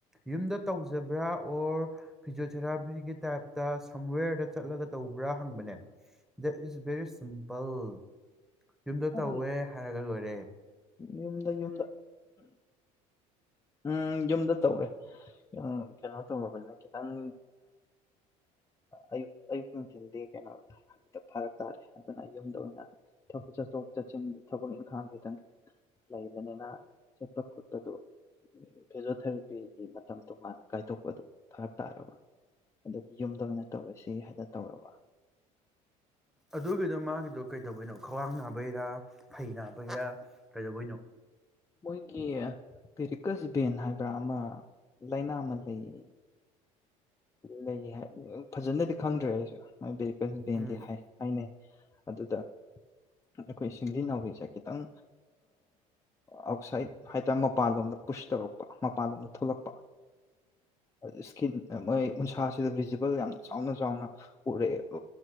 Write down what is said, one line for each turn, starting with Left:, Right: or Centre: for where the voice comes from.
Centre: ꯌꯨꯝꯗ ꯇꯧꯖꯕ꯭ꯔ ꯑꯣꯔ ꯐꯤꯖꯣꯊꯦꯔꯥꯄꯤꯒꯤ ꯇꯥꯏꯞꯇ ꯁꯝꯋꯤꯌꯔꯗ ꯆꯠꯂꯒ ꯇꯧꯕ꯭ꯔ ꯍꯪꯕꯅꯦ ꯗꯦꯠ ꯏꯁ ꯕꯦꯔꯤ ꯁꯤꯝꯄꯜ ꯌꯨꯝꯗ ꯇꯧꯋꯦ
Left: ꯑ, ꯑꯩ
Centre: ꯍꯥꯏꯔꯒ ꯂꯣꯏꯔꯦ ꯔꯦ
Left: ꯌꯨꯝꯗ ꯌꯨꯝꯗ ꯎꯝ ꯌꯨꯝꯗ ꯇꯧꯔꯦ ꯑ ꯀꯩꯅꯣ ꯇꯧꯔꯕꯅꯤꯅ ꯈꯤꯇꯪ ꯑꯌꯨ ꯑꯌꯨꯛ ꯅꯨꯡꯊꯤꯜꯗꯤ ꯀꯩꯅꯣ ꯐꯥꯔꯛ ꯇꯥꯔꯦ ꯑꯗꯨꯅ ꯌꯨꯝꯗ ꯑꯣꯏꯅ ꯊꯕꯛ ꯆꯠꯊꯣꯛ ꯆꯠꯁꯤꯟ ꯊꯕꯛ ꯏꯟꯈꯥꯡ ꯈꯤꯇꯪ ꯂꯩꯕꯅꯤꯅ ꯆꯠꯄ ꯈꯣꯠꯄꯗꯨ <inaudible> ꯃꯇꯝ ꯇꯣꯉꯥꯟꯅ ꯀꯥꯏꯊꯣꯛꯄꯗꯨ ꯐꯔꯛ ꯇꯥꯔꯕ ꯑꯗꯨꯒꯤ ꯌꯨꯝꯗ ꯑꯣꯏꯅ ꯇꯧꯔꯁꯤ ꯍꯥꯏꯅ ꯇꯧꯔꯕ
Centre: ꯑꯗꯨꯒꯤꯗꯨ ꯃꯥꯒꯤꯗꯨ ꯀꯩꯗꯧꯕꯩꯅꯣ ꯈ꯭ꯋꯥꯡ ꯅꯥꯕꯩꯔꯥ ꯐꯩ ꯅꯥꯕꯩꯔꯥ ꯀꯩꯗꯧꯕꯩꯅꯦ
Left: ꯃꯣꯏꯒꯤ ꯄꯦꯔꯤꯀꯁ ꯕꯦꯟ ꯍꯥꯏꯕ꯭ꯔ ꯑꯃ ꯂꯥꯏꯅꯥ ꯑꯃ ꯂꯩ ꯂꯩꯌꯦ ꯂꯩꯌꯦ ꯍꯥꯏꯕꯅꯦ ꯐꯖꯅꯗꯤ ꯈꯪꯗ꯭ꯔꯦ ꯑꯩꯁꯨꯦ ꯃꯣꯏ ꯕꯦꯔꯤꯀꯁ ꯕꯦꯟꯗꯤ
Centre: ꯎꯝ
Left: ꯍꯥꯏ ꯍꯥꯏꯅꯩ ꯑꯗꯨꯗ ꯑꯩꯈꯣꯏ ꯁꯤꯡꯂꯤ ꯅꯥꯎꯔꯤꯁꯦ ꯈꯤꯇꯪ ꯑꯥꯎꯠꯁꯥꯏꯠ ꯍꯥꯏꯇ ꯃꯄꯥꯟꯂꯣꯝꯗ ꯄꯨꯁ ꯇꯧꯔꯛꯄ ꯃꯄꯥꯟꯂꯣꯝꯗ ꯊꯣꯛꯂꯛꯄ ꯏꯁꯀꯤꯟ ꯃꯣꯏ ꯎꯟꯁꯥꯁꯤꯗ ꯚꯤꯖꯤꯕꯜ ꯌꯥꯝꯅ ꯆꯥꯎꯅ ꯆꯥꯎꯅ ꯎꯔꯛꯑꯦ